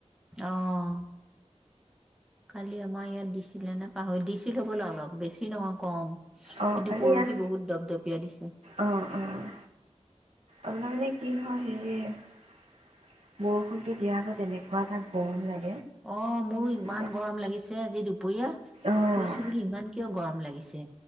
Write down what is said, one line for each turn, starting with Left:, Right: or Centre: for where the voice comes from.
Centre: অঁ কালি আমাৰ ইয়াত দিছিলে নে পাহৰি দিছিলো বোলে অলপ বেছি নহয় কম।
Right: অ',
Centre: কিন্তু
Right: কালি
Centre: পৰহি
Right: ইয়াত
Centre: বহুত দপদপিয়া দিছে?
Right: অ', অ', আপোনাৰ মানে কি হয় হেৰি বৰষুণতটো দিয়াৰ আগত এনেকুৱা এটা গৰম লাগে।
Centre: অঁ মোৰো ইমান
Right: মানে
Centre: গৰম লাগিছে? আজি। কি
Right: অ',
Centre: শুইছো বুলি ইমান? কিয় গৰম লাগিছে